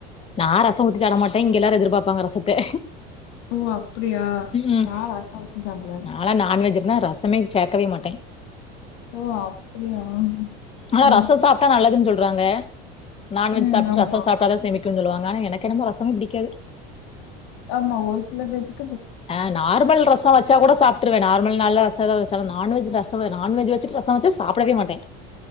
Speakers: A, on the left; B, on the left.
A: நா ரச ஊத்தி சாப்பட மாட்ட இங்க எல்லாரு எதிர்பாப்பாங்க ரசத்த
B: ஓ அப்படியா
A: ம்
B: நா ரச ஊத்தி சாப்டுவே
A: நாலா நான்வெஜ் இருந்தா ரசமே சேக்கவே மாட்ட
B: ஓ அப்டியா
A: ஆனா
B: ம்
A: ரச சாப்ட்டா நல்லதுன் சொல்றாங்க நான்வெஜ்
B: ம்
A: சாப்ட்டு
B: ஆமா
A: ரச சாப்ட்டாதா செமி க்கு சொல்வாங்க ஆனா எனக்கு என்னமோ ரசமே பிடிக்காது
B: ஆமா ஒரு சில பேர்த்துக்
A: ஆ நார்மல் ரச வச்சா கூட சாப் ட்ருவே நார்மல் நாள்ல ரச எல்லா வெச்சாலா நான்வெஜ் ரச நான்வெஜ் வெச்சுட்டு ரச வெச்சா சாப்பிடவே மாட்டே